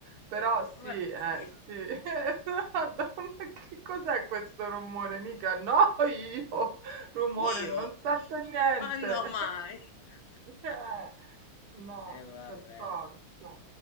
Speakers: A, on the right; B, on the left.
A: però
B: Ma
A: sì, eh,
B: sì,
A: sì. <laughs> Esatto, ma che cos'è questo rumore? Mica no io, rumore,
B: io,
A: non sento niente.
B: quando mai?
A: <laughs> Eh,
B: <laughs>
A: no,
B: E vabbè.
A: per forza.